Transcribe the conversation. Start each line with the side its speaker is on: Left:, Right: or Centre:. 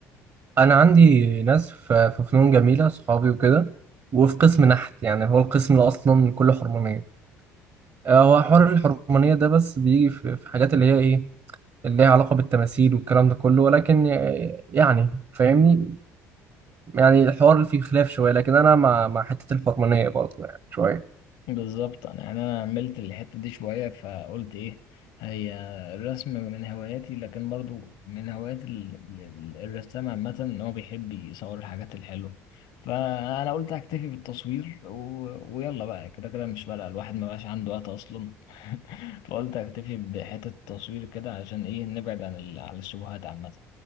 Right: انا عندي ناس في في فنون جميله صحابي وكده وفي قسم نحت يعني هو القسم اللي اصلا كله حرمانيه آه، هو حوار الحرمانيه ده بس بيجي في في حاجات اللي هي ايه اللي ليها علاقه بالتماثيل والكلام ده كله ولكن آه، يعني فاهمني يعني الحوار اللي فيه خلاف شويه لكن انا مع مع حته الحرمانيه برضه يعني شويه
Left: بالظبط انا يعني انا عملت الحته دي شويه فقلت ايه هي الرسم من هواياتي لكن برضو من هوايات ال- ال- الرسام عامه ان هو بيحب يصور الحاجات الحلوه فانا قلت اكتفي بالتصوير و... ويلا بقى كده كده مش فارقه الواحد ما بقاش عنده وقت اصلا <laughs> فقلت اكتفي بحته التصوير كده عشان ايه نبعد عن ال... عن الشبهات عامه